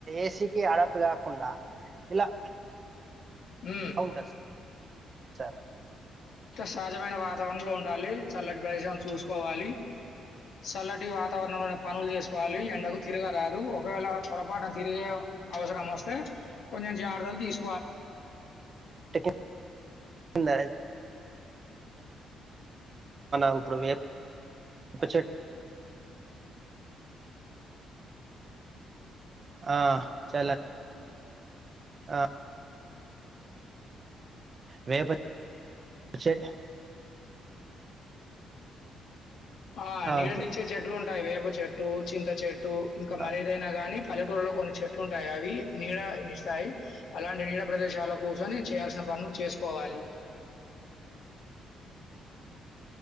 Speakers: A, on the right (about 40°); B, on the left (about 70°).
A: ఏసీ క అడప్ట్ కాగా కుడా ఇలా
B: అ
A: ఉంటది సార్
B: సహజమైన వాతావరణంలో ఉండాలి చల్లటి ప్రదేశాలు చూసుకోవాలి చల్లటి వాతావరణంలో పనులు చేసుకోవాలి ఎండకు తిరగరాదు ఒకవేళ పొరపాటున తిరిగే అవసరామస్తే కొం జారదల్ తీసు
A: చెట్టు కింద ఇప్పుడు చె ఆ చల ఆ వే పచ్చే
B: ఆ
A: అవును
B: నీడనిచ్చే
A: సార్
B: చెట్లు ఉంటాయి వేప చెట్టు చింత చెట్టు ఇంకా మరీదైనా
A: ఆ,
B: గానీ పల్లెటూరులో కొన్ని చెట్లు ఉంటాయి అవి నీడన్నిస్తాయి అలాంటి నీడ ప్రదేశాల కోసంని చేయాల్సిన పనులు చేసుకోవాలి